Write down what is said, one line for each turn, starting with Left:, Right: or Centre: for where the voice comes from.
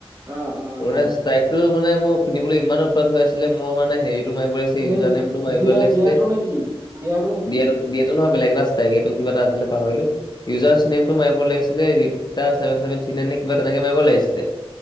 Right: অ অ।
Left: অৰুনা
Right: অ
Left: ষ্টাইকটো মানে মোৰ শুনিবলৈ ইমান উৎপাত হৈ আছিলে মোৰ মানে হেৰিটো মাৰিবলে ঠি ইউজাৰ
Right: এই
Left: নেমটো মাৰিব
Right: দিয়া
Left: লাইছিলে
Right: দিয়াটো নেকি দিয়াটো নেকি
Left: দিয়াত বিয়েটো নহয় বেলেগ এটা ষ্টাইক এইটো কিবা এটা আছিলে
Right: অ
Left: পাহৰিলো ইউজাৰ্চ নেমটো মাৰিব লাগিছিলে Rita seven seven three nine নে কিবা তেনেকে মাৰিব লাগিছিলে